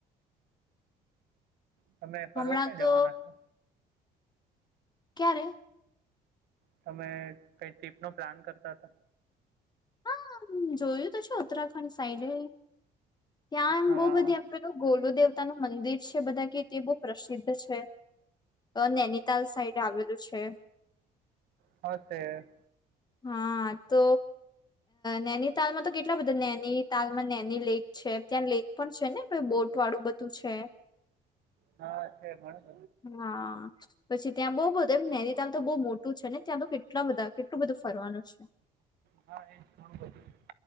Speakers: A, on the right; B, on the left.
A: તમે પર્વ
B: હમણાં
A: ક્યાં
B: તો
A: જવાના છો
B: ક્યારે
A: તમે કઈ ટ્રીપ નો પ્લાન કરતા હતા
B: હા જોયું તો છે ઉત્તરાખંડ સાઈડે ત્યાં એમ
A: હા
B: બહ બધી
A: હા હશે
B: એમ પેલું ગોલુ દેવતા ન મંદિર છે બધા કે તે બહ પ્રસિદ્ધ છે નૈનીતાલ સાઈડ આવેલું છે
A: હ છે
B: હા તો નૈની તાલમાં તો કેટલા બધા નેની તાલમાં નેની લેક છે ત્યાં લેક પણ છે ને બોટ વાળું બધું છે <inaudible>
A: હા છે ભણ
B: હા પછી ત્યાં બઉુ બધ એમ નૈનીતાલ તો બહુ મોટું છે ને ત્યાં તો કેટલા બધા કેટલું બધું ફરવાનું છે
A: હા એ બધું